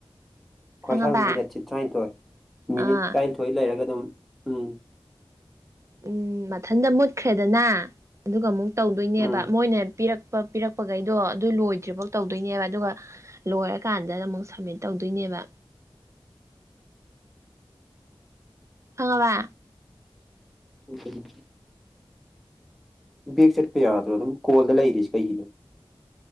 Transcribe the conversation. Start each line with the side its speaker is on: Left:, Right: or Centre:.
Centre: ꯈ꯭ꯋꯥꯏꯁꯥꯡ
Right: ꯈꯪꯉꯕ
Centre: ꯃꯤꯅꯤꯠꯁꯤ ꯇꯔꯥꯅꯤꯊꯣꯏ ꯃꯤꯅꯤꯠ
Right: ꯑꯥ
Centre: ꯇꯔꯥꯅꯤꯊꯣꯏ ꯂꯩꯔꯒ ꯑꯗꯨꯝ ꯎꯝ
Right: ꯎꯝ ꯃꯊꯟꯇ ꯃꯨꯠꯈ꯭ꯔꯦꯗꯅ ꯑꯗꯨꯒ ꯑꯃꯨꯛ ꯇꯧꯗꯣꯏꯅꯦꯕ
Centre: ꯎꯝ
Right: ꯃꯣꯏꯅ ꯄꯤꯔꯛ ꯄꯤꯔꯛꯄꯈꯩꯗꯣ ꯑꯗꯨ ꯂꯣꯏꯗ꯭ꯔꯤꯐꯥꯎ ꯇꯧꯗꯣꯏꯅꯦꯕ ꯑꯗꯨꯒ ꯂꯣꯏꯔꯀꯥꯟꯗ ꯑꯃꯨꯛ ꯁꯝꯃꯤꯠ ꯇꯧꯗꯣꯏꯅꯦꯕ꯫ ꯈꯪꯉꯕ꯫
Centre: <unintelligible> ꯕꯦꯛ ꯆꯠꯄ ꯌꯥꯗ꯭ꯔꯣ ꯑꯗꯨꯝ ꯀꯣꯜꯗ ꯂꯩꯔꯤꯁꯤ ꯀꯩꯒꯤꯅꯣ꯫